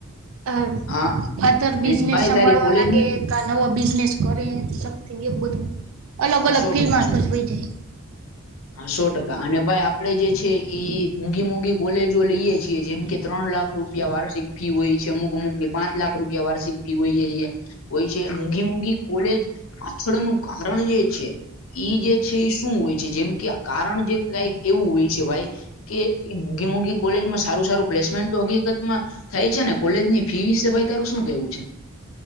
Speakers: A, on the right; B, on the left.
A: અ
B: હા
A: આધર બિઝનેસ
B: એન્ડ ભાઈ
A: સંભાળવા
B: તારી કોલેજની
A: લાગે. કે નવો બિઝનેસ કરે, સમિંગ એવું, બધું અલગ
B: હા
A: અલગ
B: સો
A: ફિલ્ડમાં
B: ટકા સો
A: હોય
B: ટકા
A: જાય.
B: હા, સો ટકા. અને ભાઈ, આપડે, જે છે, એઈ મોંઘી મોંઘી કોલેજો લઈએે છીએ, જેમ કે ત્રણ લાખ રૂપિયા વાર્ષિક ફી હોય છે, અમુક અમુક પાંચ લાખ રૂપિયા વાર્ષિક ફી હોયએ છીએ હોય છે. મોંઘી મોઘી કોલેજ પાછળનું કરણી જે. ઈ જે છે એ શું હોય છે. જેમ કે કારણ જે કઈક એવું હોય છે ભાઈ કે મોઘી મોઘી કોલેજમાં સારું સારું પ્લેસમેન્ટ તો હકીકત માં થાય છે ને કોલેજ ની ફી વિશે ભાઈ તારું શું કેવું છે?